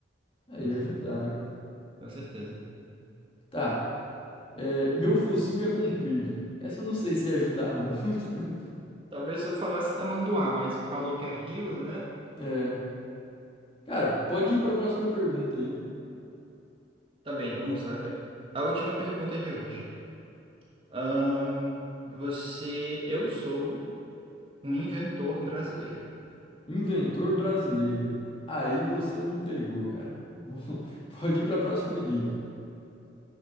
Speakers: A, on the left; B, on the right.
A: É,
B: Com
A: ia ajudar,
B: cer-
A: né?
B: com certeza.
A: Tá. É, meu focinho é comprido. Essa eu não sei se ia ajudar muito. <laughs>
B: Talvez se eu falasse tamanduá, mas falou que é Rio, né?
A: É. Cara, pode ir pra próxima pergunta aí.
B: Tá bem, vamos lá. A última pergunta de hoje. Ahn, você, eu sou um inventor brasileiro.
A: Inventor brasileiro. Aí você me pegou, cara. Vou- <laughs> Pode ir para a próxima dica.